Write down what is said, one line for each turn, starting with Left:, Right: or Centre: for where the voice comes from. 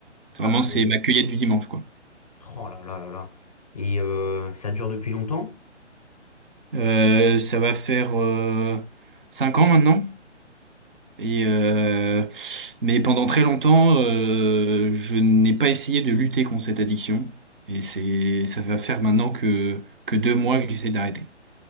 Right: Vraiment,
Left: Ah
Right: c'est
Left: oui
Right: ma
Left: d'accord.
Right: cueillette du dimanche quoi.
Left: Oh là là là là. Et euh, ça dure depuis longtemps?
Right: Euh, ça va faire euh, cinq ans maintenant. Et euh, mais pendant très longtemps, euh, je n'ai pas essayé de lutter contre cette addiction. Et c'est ça va faire maintenant que que deux mois que j'essaie d'arrêter.